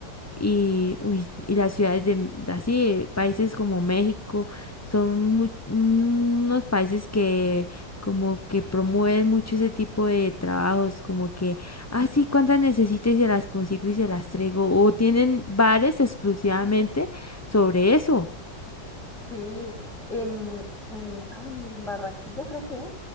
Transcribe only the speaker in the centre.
Sí, en, en, ay, en Barranquilla creo que es,